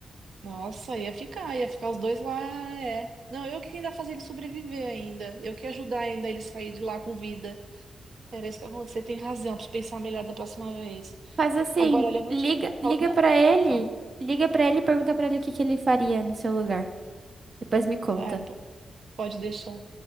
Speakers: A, on the right; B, on the right.
A: Nossa, ia ficar, ia ficar os dois lá, é. Não, eu que ainda fazer ele sobreviver ainda. Eu que ia ajudar ainda ele sair de lá com vida. Era isso que aconteceu. Você tem razão, preciso pensar melhor da próxima vez.
B: Faz assim,
A: Agora, olha, eu vou
B: liga,
A: te
B: liga
A: falar. Não,
B: para ele.
A: fala.
B: Liga pra ele e pergunta pra ele o que que ele faria no seu lugar. Depois me conta.
A: É, p- pode deixar.